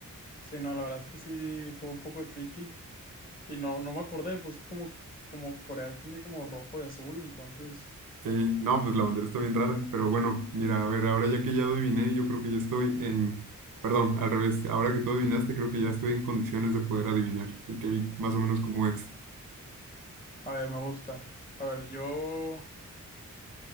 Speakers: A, on the left; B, on the right.
A: Sí, no, la verdad es que sí fue un poco tricky. Y no, no me acordé, pues que como, como Corea tiene como rojo y azul, entonces...
B: Sí, no, pues la bandera está bien rara. Pero bueno, mira, a ver, ahora ya que ya adiviné, yo creo que ya estoy en... Perdón, al revés. Ahora que tú adivinaste, creo que ya estoy en condiciones de poder adivinar. Y que vi más o menos cómo es.
A: A ver, me gusta. A ver, yo...